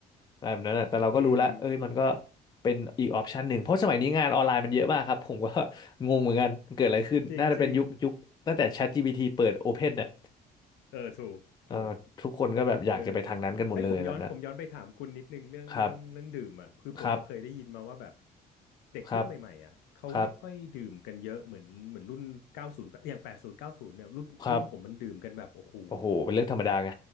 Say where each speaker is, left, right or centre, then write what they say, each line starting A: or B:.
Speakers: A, on the left; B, on the left.
A: อะไรแบบนั้นนะแต่เราก็รู้ละเอ้ยมันก็
B: อืม
A: เป็นอีกออปชันหนึ่งเพราะสมัยนี้งานออนไลน์มันเยอะมากครับผมก็ <laughs> งงเหมือนกันมันเกิดอะไรขึ้นน่าจะเป็นยุคยุคตั้งแต่
B: จริงจริง
A: ChatGPT เปิด Open เนี่ย
B: เออ ถูกถูก
A: เอ่อทุกคนก็แบบอยากจะไปทางนั้นกันหมดเลยอะไรแบบนั้น
B: เออเฮ้ยผมย้อนผมย้อนไปถามคุณนิดนึงเรื่องเรื่องเรื่องดื่มอ่ะคือผมมาเคยได้ยินมาว่าแบบ
A: ครับครับ
B: เด็กรุ่นใหม่ๆอ่ะเขาไม่ค่อยดื่มกันเยอะเหมือนเหมือนรุ่นเก้ายอย่างแปดศูเก้าสิบเนี่ยรุ่นรุ่นผมมันดื่มกันแบบโอ้โห
A: ครับครับครับโอ้โหเป็นเรื่องธรรมดาไง